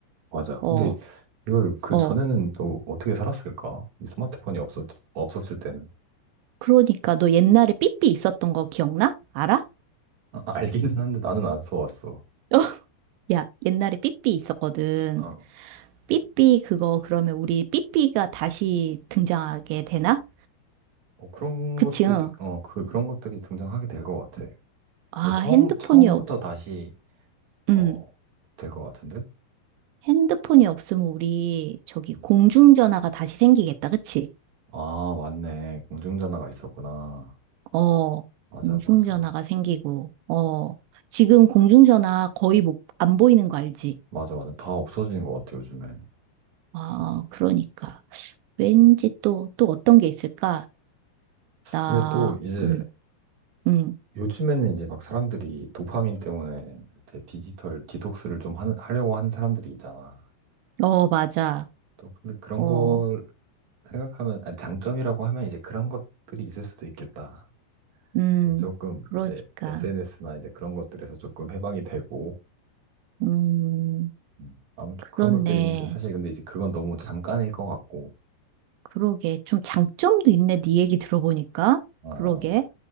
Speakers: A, on the right (about 50°); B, on the right (about 85°).
A: 맞아.
B: 어,
A: 근데 이걸 그 전에는
B: 어.
A: 또 어떻게 살았을까? 이 스마트폰이 없었, 없었을 때는.
B: 그러니까 너 옛날에 삐삐 있었던 거 기억나? 알아?
A: 아, 알기는 한데 나는 안 써왔어.
B: <laughs> 야, 옛날에 삐삐 있었거든.
A: 어,
B: 삐삐 그거 그러면 우리 삐삐가 다시 등장하게 되나?
A: 어, 그런
B: 그치?
A: 것들이,
B: 응.
A: 어, 그, 그런 것들이 등장하게 될 것 같아.
B: 아,
A: 근데 처음,
B: 핸드폰이
A: 처음부터
B: 없,
A: 다시,
B: 음,
A: 어, 될 것 같은데?
B: 핸드폰이 없으면 우리 저기
A: 음.
B: 공중전화가 다시 생기겠다. 그치?
A: 아, 맞네. 공중전화가 있었구나.
B: 어,
A: 맞아,
B: 공중전화가
A: 맞아.
B: 생기고, 어, 지금 공중전화 거의 못, 안 보이는 거 알지?
A: 맞아, 맞아. 다 없어지는 것 같아, 요즘에.
B: 아, 그러니까. 왠지 또, 또 어떤 게 있을까? 나,
A: 근데 또 이제,
B: 음, 음,
A: 요즘에는 이제 막 사람들이 도파민 때문에 이제 디지털 디톡스를 좀 하, 하려고 하는 사람들이 있잖아.
B: 어, 맞아.
A: 또, 근데 그런
B: 어,
A: 걸 생각하면, 아니, 장점이라고 하면 이제 그런 것들이 있을 수도 있겠다.
B: 음,
A: 이제 조금
B: 그러니까.
A: 이제 SNS나 이제 그런 것들에서 조금 해방이 되고
B: 음.
A: 음, 아무튼
B: 그렇네.
A: 그런 것들이 있는데 사실 근데 이제 그건 너무 잠깐일 것 같고
B: 그러게. 좀 장점도 있네. 네 얘기 들어보니까.
A: 어,
B: 그러게.